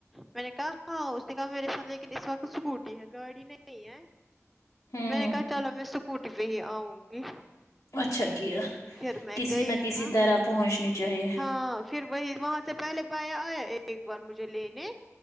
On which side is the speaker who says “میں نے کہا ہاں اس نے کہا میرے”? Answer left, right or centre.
Centre